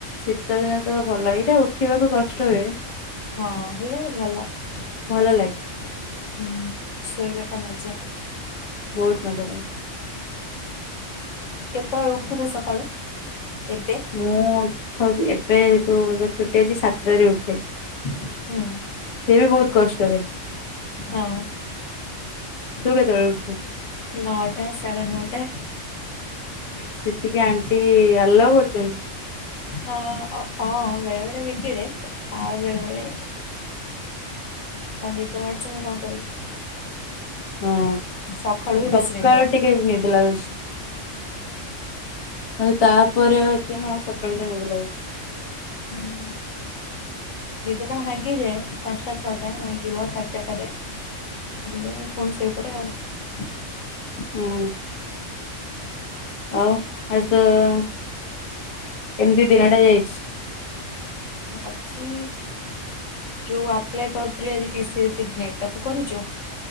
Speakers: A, on the left (about 35°); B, on the left (about 70°).
A: ଶୀତ ଦିନ ତ ଭଲ, ଏଇଟା ଉଠିବାକୁ କଷ୍ଟ ହୁଏ ।
B: ହଁ ହେଲେ ଭଲ ।
A: ଭଲ ଲାଗେ
B: ହୁଁ, ଶୋଇବାଟା ମଜା
A: ବହୁତ ମଜାଦାର ।
B: କେତେବେଳେ ଉଠୁଚ ସକାଳୁ? ଏବେ
A: ମୁଁ ଉଠୁଚ଼ି, ଏବେ ଯୋଉ, ଯୋଉ ଛୁଟି ଅଛି ସାତଟାରେ ଉଠେ । ସେ
B: ହୁଁ
A: ବି ବହୁତ କଷ୍ଟରେ ।
B: ହଁ ।
A: ତୁ କେତେବେଳେ ଉଠଚୁ?
B: ନଅଟା, ସାଢ଼େ ନଅଟା ।
A: ସେତିକି ଆଣ୍ଟି ଆଲାଉ କରୁଚ଼ନ୍ତି?
B: ଆ ଅ ହଁ ବେଳେବେଳେ ବିଗିଡେ ଆଉ ବେଳେବେଳେ ମତେ ନିଦ ମାଡ଼ୁଚି ମୁଁ କଁ କରିବି?
A: ହଁ,
B: ସକାଳୁ ହିଁ
A: ସକାଳୁ
B: ବେଶୀ ନିଦ
A: ଟିକେ ନିଦ ଲାଗୁଛି । ଆଉ ତାପରେ ଆଉ ଏତେ ନୁଅ, ସକାଳ ଟା ନିଦ ଲାଗୁଚ଼ି ।
B: ହୁଁ । ନିଦଟା ଭାଙ୍ଗିଯାଏ ପାଞ୍ଚଟା, ଛଅଟା ଭାଙ୍ଗିବ ସାଢେ ଚାରଟାରେ । ହେଲେ ପୁଣି ସୋଇପଟେ ଆଉ ।
A: ହୁଁ। ଆଉ <unintelligible> ଏମିତି ଦିନ ଟା ଯାଇଚ଼ି ।
B: ଆଜି ଯୋଉ ଆପ୍ଲାଏ କରୁଥିଲି ଆଜି ଟିସିଏ ସିଗ୍ନେ ଟା ତୁ କରିଚୁ?